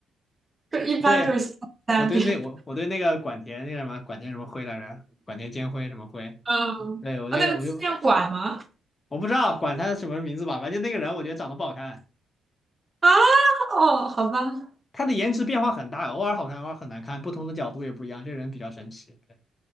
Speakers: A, on the right; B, on the left.
A: 就一般就是三遍。
B: 对，我对那我我对那个管田那个什么管田什么辉来着，
A: <laughs>
B: 管田兼辉什么辉，
A: 嗯，
B: 对我对我就
A: 哦，那个纪念馆吗？
B: 我不知道管他什么名字吧，反正就那个人我觉得长得不好看，
A: 啊，哦，好吧，
B: 他的颜值变化很大，偶尔好看，偶尔很难看，不同的角度也不一样，这人比较神奇。对